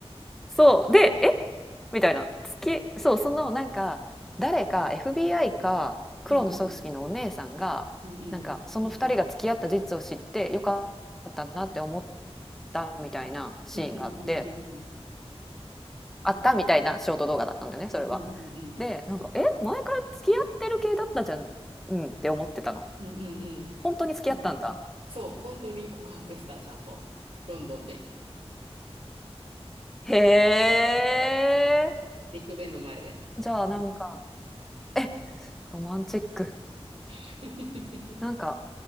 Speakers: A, in the centre; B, on the right (about 70°).
A: そう。で、えみたいな。月、そう、そのなんか、誰か FBI か黒の組織のお姉さんが、
B: うんうん
A: なんかその二人が付き合った事実を知ってよかったなって思ったみたいなシーンがあって、
B: うんうんうんうんうん
A: あったみたいなショート動画だったんだよね、
B: うんうんうん
A: それは。で、なんか、え前から付き合ってる系だったじゃん、うんって思ってたの。
B: うんうんうんうん
A: 本当に付き合ったんだ。
B: そう、本当に告白した、ちゃんと。ロンドンで。
A: へえ。
B: ビッグベンの前で。
A: じゃあなんか、え、ロマンチック。
B: <laughs>
A: なんか、